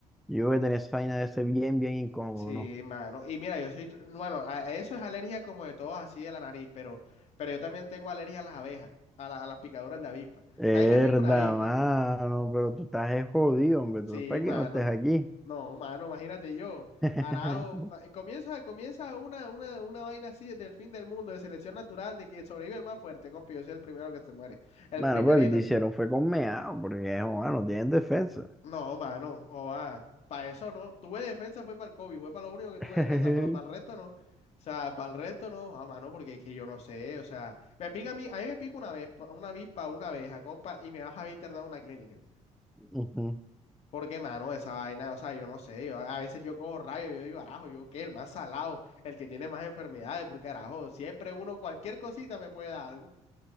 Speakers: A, in the centre; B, on the left (about 55°).
A: yo voy a tener esa vaina de ser bien, bien incómodo,
B: Sí,
A: ¿no?
B: mano. Y mira, yo soy, bueno, a eso es alergia como de todos, así de la nariz, pero, pero yo también tengo alergia a las abejas, a, la- a las picaduras de avispa. O
A: Verdad,
B: sea, ahí me pica una avispa.
A: mano, pero tú estás es jodido, hombre.
B: Sí,
A: ¿Tú para
B: mano.
A: que no estés aquí?
B: No, mano, imagínate yo.
A: <laughs>
B: Arajo, ma- comienza, comienza una, una, una vaina así del fin del mundo, de selección natural, de que sobrevive el más fuerte, compi. Yo soy el primero que se muere. El
A: Bueno,
B: primerito.
A: pero lo que te hicieron fue con meado, porque joder, no tienen defensa.
B: No, mano, o ah, para eso no. Tuve defensa, fue para el COVID, fue para lo único que tuve
A: <laughs>
B: defensa, pero para el resto no. O sea, para el resto no, ah, mano, porque es que yo no sé, o sea, me pica a mí, a mí me pica una vez, una avispa, una abeja, compa, y me vas a internar a una clínica.
A: Ujú.
B: Porque, mano, esa vaina, o sea, yo no sé, yo, a veces yo cojo rayos, yo digo, arajo, yo qué, el más salado, el que tiene más enfermedades, porque, arajo, siempre uno, cualquier cosita me puede dar algo.